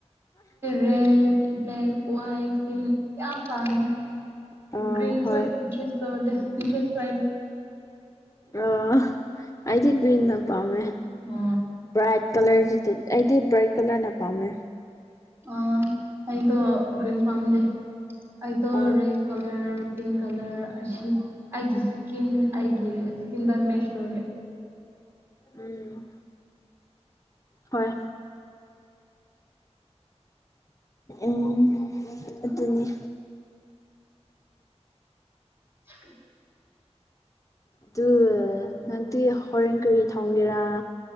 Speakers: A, on the right (about 20°); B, on the left (about 30°).
A: ꯔꯦꯠ ꯕ꯭ꯂꯦꯛ ꯋꯥꯏꯠ ꯀ ꯀ ꯀꯥꯝ
B: ꯑ
A: ꯭ꯔꯤꯟꯁꯨ
B: ꯍꯣꯏ
A: ꯏꯟ꯭ꯔꯦꯁ ꯇ ꯏꯟ꯭ꯔꯦꯁ
B: ꯑ ꯑꯩꯗꯤ ꯀ꯭ꯔꯤꯟꯅ ꯄꯥꯝꯃꯦ
A: ꯑꯣ
B: ꯄ꯭ꯔꯥꯏ ꯀꯂꯔꯁꯤꯗ ꯑꯩꯗꯤ ꯕ꯭ꯔꯥꯏꯠ ꯀꯂꯔꯅ ꯄꯥꯝꯃꯦ
A: ꯑ ꯑꯩꯗꯣ ꯒ꯭ꯔꯤꯟ ꯄꯥꯝꯗꯦ ꯑꯩꯗꯣ
B: ꯑ
A: ꯔꯦꯗ ꯀꯂꯔ ꯄꯤꯡ ꯀꯂꯔ ꯑꯁꯤ ꯑꯩꯒꯤ ꯏꯁꯀꯤꯟ ꯑꯩꯒꯤ ꯏꯁꯀꯤꯟꯗ ꯃꯦꯁ ꯇꯧ
B: ꯎꯝ ꯍꯣꯏ ꯎꯝ ꯑꯗꯨꯅꯤ
A: ꯎ
B: ꯑꯗꯨ ꯅꯪꯗꯤ ꯍꯣꯔꯦꯟ ꯀꯔꯤ ꯊꯥꯎꯒꯦꯔꯥ